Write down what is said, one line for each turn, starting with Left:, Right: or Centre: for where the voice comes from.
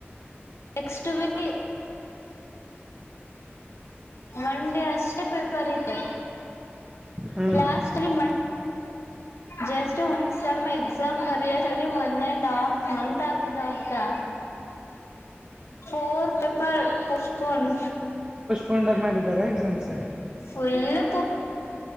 Left: next week one day ಅಷ್ಟೆ ಪೇಪರ್ ಇತ್ತು
Right: ಹ್ಞೂ
Left: ಲಾಸ್ಟ್ಲ್ಲಿ ಮಂ ಜಸ್ಟ್ ಒಂದ ಸಮ್ ಎಕ್ಸಾಮ್ ಬರದಲ್ಲಿ ಒಂದ ಅಂಡ್ ಹಾಫ್ ಮಂತ್ ಗೊತ್ತಾಗಿದ್ದೋಗದಾ ಫೋರ್ ಪೇಪರ್ ಪಸ್ಪನ್
Right: ಕಂಡಕ್ಟ್ ಮಾಡಿದ್ದಾರೆ ಎಕ್ಸಾಮ್ಸ
Left: ಫುಲ್